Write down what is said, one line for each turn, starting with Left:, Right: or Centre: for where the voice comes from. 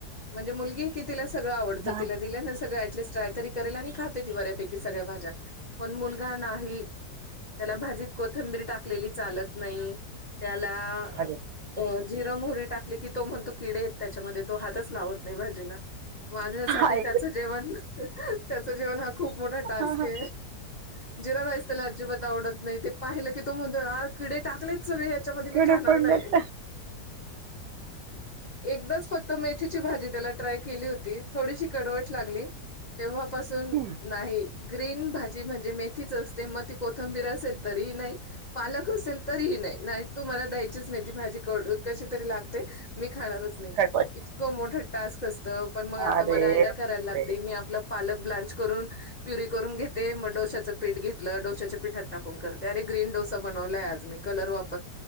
Left: म्हणजे मुलगी की तिला सगळ आवडत
Right: हा
Left: तिला दिल न सगळं ॲटलिस्ट ट्राय तरी करेल आणि खाते ती बऱ्यापैकी सगळ भाज्या पण मुलगा नाही त्याला भाजी कोथंबीरी टाकलेली चालत नाही. त्याला
Right: अरे
Left: अ झिर मोहोरी टाकली की तो म्हणतो किडे येत. त्याच्यामध्ये तो हातच लावत नाय भाजीला माझ्यासाठी
Right: आई
Left: त्याचं जेवण त्याचं जेवण हा खूप मोठा टास्क
Right: गं
Left: ये. जिरा राईस त्याला अजिबात आवडत नाही ते पाहिलं की तो म्हणतो आ किडे टाकलेत. सगळे हयाच्यामध्ये मी
Right: किडे
Left: काणार
Right: पडलेत.
Left: नाय एकदाच फक्त मेथीत ची भाजी त्याला ट्राय केली होती. थोडीशी कडवट लागली तेव्हापासून
Right: हम्म
Left: नाही ग्रीन भाज जी म्हणजे मेथीच असते म ती कोथंबीर असेल तरीही नाही पालक असेल तरीही नाही. नाही तू मला द्यायचीच नाय ती भाजी कड कशी तरी लागते मी खाणारच नाय
Right: खरवट
Left: इतकं मोठ टास्क असत पण मग आता
Right: अरे
Left: मला आयड्या
Right: बापरे
Left: करायला लागते मी आपला पालक ब्लाच करून प्युरी करून घेते म डोश्याचं पीठ घेतलं डोश्याच्या पीठात टाकून करते अर ग्रीन डोसा बनवलाय आज मी कलर वाप